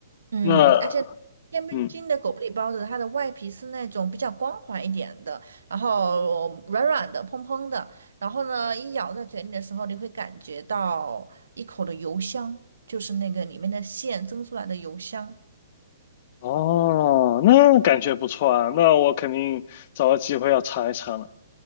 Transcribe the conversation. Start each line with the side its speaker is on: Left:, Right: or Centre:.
Right: 嗯，
Left: 那，
Right: 而且天津的狗不理包子，
Left: 嗯，
Right: 它的外皮是那种比较光滑一点的，然后软软的、蓬蓬的，然后呢，一咬在嘴里的时候，你会感觉到一口的油香，就是那个里面的馅蒸出来的油香，
Left: 哦，那感觉不错啊。那我肯定找个机会要尝一尝了。